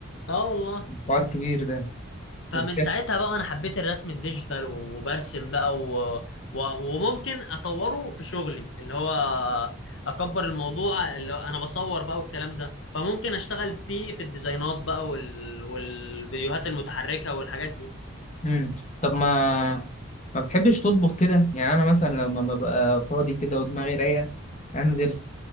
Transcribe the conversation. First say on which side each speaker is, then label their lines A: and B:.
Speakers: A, on the left; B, on the left.
A: اه والله
B: حوار كبير ده
A: فمن
B: بس كده
A: ساعتها بقى انا حبيت الرسم الديجيتال وبرسم بقى و... و... وممكن اطوره في شغلي اللي هو اكبر الموضوع اللي هو انا بصور بقى والكلام ده فممكن اشتغل فيه في الديزاينات بقى وال... والفيديوهات المتحركة والحاجات دي
B: مم. طب ما ما بتحبش تطبخ كده يعني أنا مثلا لما ببقى فاضي كده ودماغي رايقة أنزل